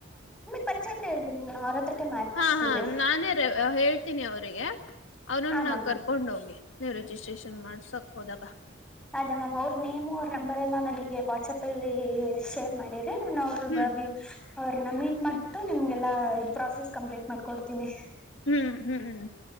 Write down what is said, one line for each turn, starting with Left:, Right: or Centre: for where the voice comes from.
Centre: ಪರಿಯತ್ರ ಹೇಳ್ರಿ ಮ್ಯಾಮ್ ಅವ್ರ ಹತ್ರಕ್ಕೆ ಮಾಡ್ಸ್ತೀವಿ
Left: ಹಾ ಹಾ ನಾನೇ ರ ಹ ತನಿ ಅವ್ರಿಗೆ ಅವನನ್ನ
Centre: ಹಾ ಮ್ಯಾಮ್
Left: ಕರ್ಕೊಂಡ ಹೋಗಿ ಸರಿ ರಿಜಿಸ್ಟ್ರೇಷನ್ ಮಾಡ್ಸಕ್ ಹೋದಾಗ
Centre: ಅದೇ ಮ್ಯಾಮ್ ಅವ್ರ ನೇಮ್ ಅವ್ರ ನಂಬರ್ ಎಲ್ಲ ನನಗೆ ವಾಟ್ಸಪ್ಲ್ಲಿ ಶೇರ್ ಮಾಡಿ ನಾನು ಅವ್ರ
Left: ಹ್ಮ್
Centre: ಬ ಅವ್ರನ್ನ ಮೀಟ್ ಮಾಡ್ಬಿಟ್ಟು ನಿಮ್ಗೆಲ್ಲ ಪ್ರಾಸೆಸ್ ಕಂಪ್ಲೀಟ್ ಮಾಡ್ಕೊಡ್ತೀನಿ
Left: ಹ್ಮ್ ಹ್ಮ್ ಹ್ಮ್